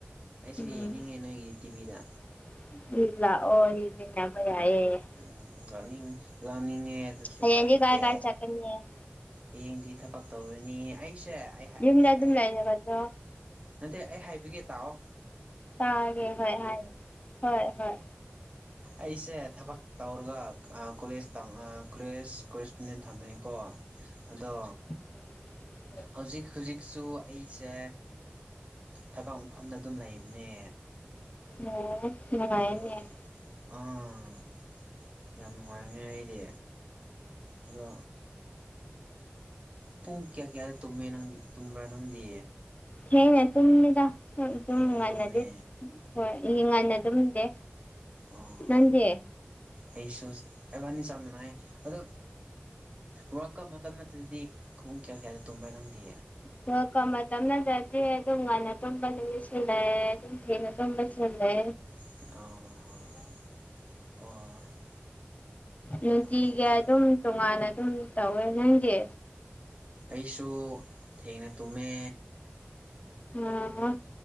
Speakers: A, on the right (about 30°); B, on the left (about 35°).
A: ꯑꯩꯁꯨ
B: ꯎꯝ
A: ꯌꯦꯡꯅꯤꯡꯉꯦ ꯅꯣꯏꯒꯤ ꯇꯤꯚꯤꯗ
B: <unintelligible>
A: ꯎꯝ ꯂꯥꯛꯅꯤꯡ ꯂꯥꯛꯅꯤꯡꯉꯦ ꯑꯗꯨꯁꯨ
B: ꯍꯌꯦꯡꯗꯤ
A: ꯎꯄꯥꯏ ꯂꯩꯇꯦ
B: ꯀꯥꯏ ꯀꯥꯏ ꯆꯠꯀꯅꯤ
A: ꯍꯌꯦꯡꯗꯤ ꯊꯕꯛ ꯇꯧꯔꯤꯅꯤ ꯑꯩꯁꯦ ꯑꯩ ꯑꯩ
B: ꯌꯨꯝꯗ ꯑꯗꯨꯝ
A: ꯑꯩ
B: ꯂꯩꯔꯕꯗꯣ
A: ꯅꯠꯇꯦ ꯑꯩ ꯍꯥꯏꯕꯤꯒꯦ ꯇꯥꯛꯑꯣ
B: ꯇꯥꯑꯒꯦ ꯍꯣꯏ ꯍꯥꯏꯌꯣ ꯍꯣꯏ ꯍꯣꯏ
A: ꯑꯩꯁꯦ ꯊꯕꯛ ꯇꯧꯔꯒ ꯀꯣꯂꯦꯖ ꯀꯣꯂꯦꯖ ꯀꯣꯂꯦꯖ ꯄꯨꯅꯤꯟ ꯊꯝꯃꯅꯤꯀꯣ ꯑꯗꯣ
B: <inaudible>
A: ꯍꯧꯖꯤꯛ ꯍꯧꯖꯤꯛꯁꯨ ꯑꯩꯁꯦ ꯊꯕꯛ ꯃꯐꯝꯗ ꯑꯗꯨꯝ ꯂꯩꯕꯅꯦ
B: ꯑꯣ ꯅꯨꯡꯉꯥꯏꯅꯦ
A: ꯑꯗꯣ ꯑꯥ ꯌꯥꯝ ꯅꯨꯡꯉꯥꯏꯕꯅꯦ ꯑꯩꯗꯤ ꯑꯗꯣ ꯄꯨꯡ ꯀꯌꯥ ꯀꯌꯥꯗ ꯇꯨꯝꯃꯦ ꯅꯪꯗꯤ ꯇꯨꯝꯕ꯭ꯔꯥ ꯅꯪꯗꯤ
B: ꯊꯅꯦ ꯇꯨꯝꯃꯤꯗ ꯇꯨꯝ
A: ꯊꯦꯡꯅ
B: ꯉꯟꯅꯗꯤ
A: ꯇꯨꯝꯃꯦ
B: ꯍꯣꯏ ꯏ ꯉꯥꯟꯅ ꯇꯨꯝꯗꯦ
A: ꯑꯣ
B: ꯅꯪꯗꯤ
A: ꯑꯩꯁꯨ ꯑꯦꯕꯥꯅꯤ ꯆꯞ ꯃꯅꯩ ꯑꯗꯣ ꯋꯥꯔ ꯀꯞ ꯃꯇꯝ ꯅꯠꯇꯗꯗꯤ ꯄꯨꯡ ꯀꯌꯥ ꯀꯌꯥꯗ ꯇꯨꯝꯕ꯭ꯔꯥ ꯅꯪꯗꯤ
B: ꯍ ꯇꯞꯅꯖꯗꯦ ꯑꯗꯨꯝ ꯉꯥꯏꯟꯅ ꯇꯨꯝꯕ ꯅꯨꯃꯤꯠꯁꯤ ꯂꯩꯝ ꯊꯅ ꯀꯝꯕꯁꯂꯦ
A: ꯑꯣ ꯑꯣ
B: ꯅꯨꯡꯇꯤꯒꯤ
A: ꯑꯣ ꯐꯔꯦ
B: ꯑꯗꯨꯝ ꯇꯣꯉꯥꯟꯅ ꯑꯗꯨꯝ ꯇꯧꯋꯦ ꯅꯪꯗꯤ
A: ꯑꯩꯁꯨ ꯊꯦꯡꯅ ꯇꯨꯝꯃꯦ
B: ꯑꯣ